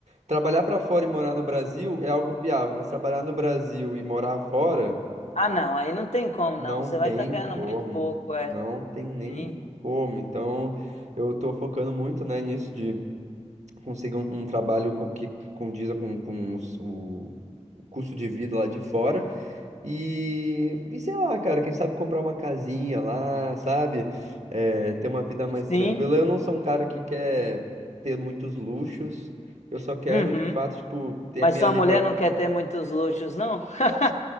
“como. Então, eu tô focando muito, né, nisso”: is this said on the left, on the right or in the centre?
Right